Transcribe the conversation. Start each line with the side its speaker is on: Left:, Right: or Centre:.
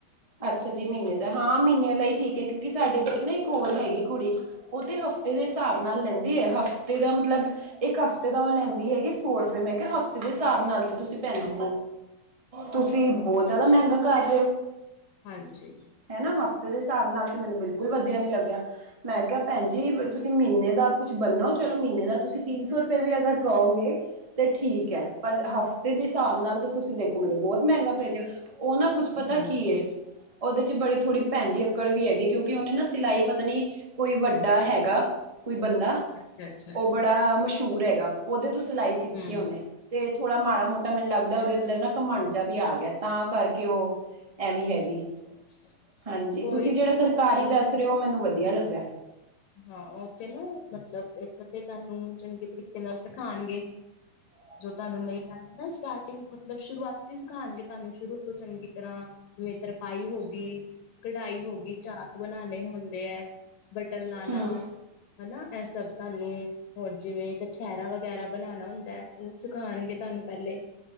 Right: ਅੱਛਾ ਜੀ, ਮੀਨੇ ਚ ਹਾਂ ਮੀਨੇ ਲਈਈ ਠੀਕੈ, ਕਿਉਂਕਿ ਸਾਡੇ ਐਦਰ ਨਾ ਇੱਕ ਹੋਰ ਹੈਗੀ ਕੁੜੀ ਓਤੇ ਹ ਤੇ ਦੇ ਸਾਬ ਨਾਲ ਲੈਂਦੀਐ, ਹਫਤੇ ਦਾ ਮਤਲਬ ਇੱਕ ਹਫਤੇ ਦਾ ਓ ਲੈਂਦੀ ਹੈਗੀ ਸੌ ਰੁਪਏ ਮੈ ਕਿਹਾ ਹਫ਼ਤੇ ਦੇ ਹਿਸਾਬ ਨਾਲ ਤੇ ਤੁਸੀਂ ਪੈਜੀ, ਤੁਸੀ ਬਹੁਤ ਜ਼ਿਆਦਾ ਮਹਿੰਗਾ ਘਰ
Left: ਹਾਂਜੀ
Right: ਹਨਾ ਹਫਸਤੇ ਦੇ ਹਿਸਾਬ ਨਾਲ ਤੇ ਮੈਨੂੰ ਬਿਲਕੁਲ ਵਧੀਆ ਨੀ ਲੱਗਿਆ ਮੈਂ ਕਿਹਾ ਭੈਣ ਜੀ ਤੁਸੀ ਮਹੀਨੇ ਦਾ ਕੁਛ ਬੰਨੋ ਚਲੋ ਮਹੀਨੇ ਦਾ ਤੁਸੀਂ ਤਿੰਨ ਸੌ ਰੁਪਏ ਵੀ ਅਗਰ ਕਹੋਗੇ ਤੇ ਠੀਕ ਹੈ, ਪਰ ਹਫ਼ਤੇ ਦੇ ਹਿਸਾਬ ਨਾਲ ਤੇ ਤੁਸੀਂ ਦੇਖੋ ਮੈਨੂੰ ਬਹੁਤ ਮਹਿੰਗਾ ਪੈ ਜਾਣਾ ਉਹ ਨਾ ਕੁਝ ਪਤਾ
Left: ਹਾਂਜੀ
Right: ਕੀ ਏ ਉਹਦੇ ਚ ਬੜੀ ਥੋੜ੍ਹੀ ਭੈਜੀ ਅਕੜ ਵੀ ਹੈਗੀ ਕਿਉਂਕਿ ਉਹਨੇ ਨਾ ਸਿਲਾਈ ਪਤਾ ਨੀ ਕੋਈ ਵੱਡਾ ਹੈਗਾ ਕੋਈ ਬੰਦਾ,
Left: ਅੱਛਾ ਅੱਛਾ
Right: ਉਹ ਬੜਾ ਮਸ਼ਹੂਰ ਹੈਗਾ ਉਹਦੇ ਤੋਂ ਸਿਲਾਈ ਸਿੱਖੀ
Left: ਹਮ
Right: ਆ ਉਹਨੇ ਤੇ ਥੋੜਾ ਮਾੜਾ ਮੋਟਾ ਮੈਨੂੰ ਲੱਗਦਾ ਉਹਦੇ ਅੰਦਰ ਨਾ ਘਮੰਡ ਜਿਆ ਵੀ ਆ ਗਿਆ ਤਾਂ ਕਰਕੇ ਉਹ ਐਵੇਂ ਹੈਗੀ
Left: ਅੱਛਾ -ਅੱਛਾ
Right: ਹਾਂਜੀ
Left: ਕੋਈ
Right: ਤੁਸੀਂ ਜਿਹੜਾ ਸਰਕਾਰੀ ਦੱਸ ਰਹੇ ਹੋ ਮੈਨੂੰ ਵਧੀਆ ਲਗਾ
Left: ਹਾਂ ਉਥੇ ਨਾ ਮਤਲਬ ਇਕ ਤੇ ਤੁਹਾਨੂੰ ਚੰਗੇ ਤਰੀਕੇ ਨਾਲ ਸਿਖਾਉਣਗੇ
Right: ਹਾ
Left: ਜੋ ਤੁਹਾਨੂੰ ਨਹੀਂ ਆਉਂਦਾ ਨਾ ਸਟਾਰਟਿੰਗ ਮਤਲਬ ਸ਼ੁਰੂਆਤੀ ਸਿਖਾਉਣਗੇ ਤੁਹਾਨੂੰ ਸ਼ੁਰੂ ਤੋਂ ਚੰਗੀ ਤਰਾਂ ਜਿਵੇ ਤਰਪਾਈ ਹੋ ਗਈ, ਕਢਾਈ ਹੋ ਗਈ, ਚਾਕ ਬਣਾਉਣੇ ਹੁੰਦੇ ਹੈ ਕੱਟਣ ਲਾਣਾ,
Right: ਹੂੰ
Left: ਹਨਾ ਇਹ ਸਭ ਤੁਹਾਨੂੰ ਹੋਰ ਜਿਵੇਂ ਕਛਹਿਰਾ ਵਗੈਰਾ ਬਣਾਉਣਾ ਹੁੰਦਾ ਹੈ ਉਹ ਸਿਖਾਉਣਗੇ ਤੁਹਾਨੂੰ ਪਹਿਲੇ